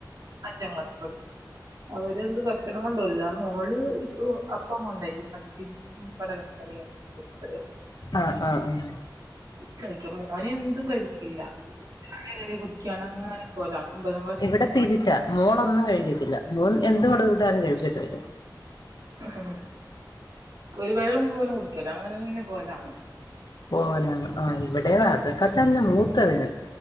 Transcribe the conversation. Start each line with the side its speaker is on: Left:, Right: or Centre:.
Right: അഞ്ചാം ക്ലാസി പഠിക്കുന്നു അവരെന്ത് പറ് ഭക്ഷണം കൊണ്ടല്ല മോള് ഇപ്പൊ അപ്പം കൊണ്ടായി പത്തിരി കടലക്കറി കുട്ടര്
Left: ആഹ് ആഹ് ആഹ്
Right: കഴിക്ക മോന എന്തും കഴിക്കില്ല പര് <unintelligible> കുടിക്കാണ്ങ്ങനെ പോലാണ് ഒമ്പതാം ക്ലാ
Left: ഇവടെ തിരിച്ചാ മോളൊന്നും കഴിക്കത്തില്ല മോൻ എന്തും കൊടുത്ത് വിട്ടാലും കഴിച്ചിട്ട് വരും
Right: ഉം ഒരു വെള്ളം പോലും കുടിക്കല അങ്ങന്നെ പോവലാണ്
Left: പോവലാണ് ആഹ് ഇവടെ അതൊക്കെ തന്നെ മൂത്തതിന്